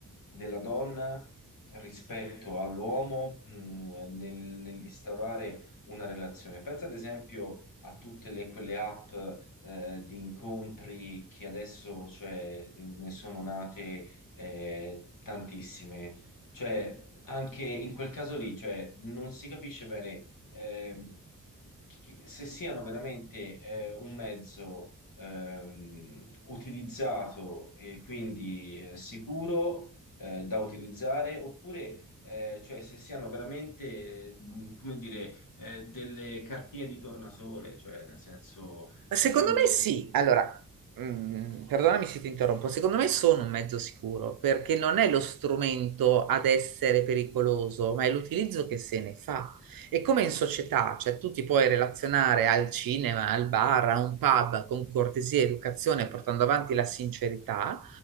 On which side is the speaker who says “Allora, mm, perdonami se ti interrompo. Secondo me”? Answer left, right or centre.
Right